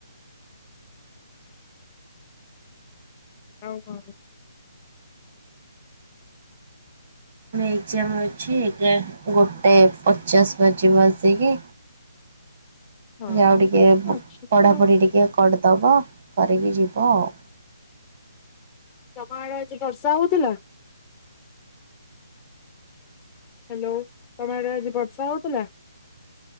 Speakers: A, on the left; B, on the right.
A: ହଉ ହଉ।
B: ଏକ୍‌ଜାମ୍ ଅଛି ଗୋଟେ ପଚାଶ ବାଜିବ ଆସିକି।
A: ହଁ
B: ଆଉ ଟିକେ
A: ଅଛି
B: ପଢା଼ପଢି଼
A: ତ ଆଉ।
B: ଟିକେ କର୍- ଦେବ କରିକି ଯିବ ଆଉ।
A: ତମ ଆଡେ ଆଜି ବର୍ଷା ହଉଥିଲା। ହ୍ୟାଲୋ ତମ ଆଡେ ଆଜି ବର୍ଷା ହଉଥିଲା।